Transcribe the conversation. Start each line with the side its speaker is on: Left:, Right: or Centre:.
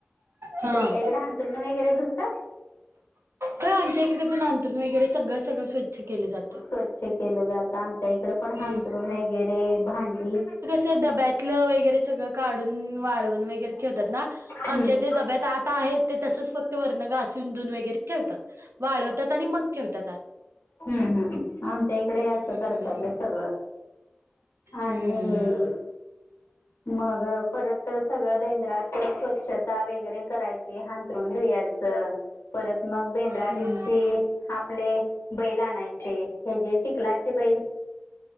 Right: हा
Left: तुमच्या इकड हां तरून वेगरे धुतात?
Right: हा आमच्या इकडे पण अंथरूण वगैरे सगळं सगळं स्वच्छ केले जातं.
Left: स्वच्छ केलं जातं. आमच्या इकड पण हांथरूण
Right: हम्म.
Left: वेगैरे, भांडी
Right: ते डब्यातलं वगैरे सगळं काढून वाळवून वगैरे ठेवतात ना.
Left: हम्म
Right: आमच्या ते डब्यात आत आहेत ते तसच फक्त वरन घासून धुवून वगैरे ठेवतात. वाळवतात आणि मग ठेवतात आत.
Left: हं हं. आमच्या इकडेही असं
Right: हम्म
Left: करतात गं सग गळं आणि
Right: हम्म
Left: मग परत सगळं बेंद्रात स्वच्छता वगैरे करायची. हांतरून धुया च. परत मग बेंद्रा
Right: हम्म.
Left: दिवशी आपले बैल आणायचे. हे जे चिकलाचे चे बैल,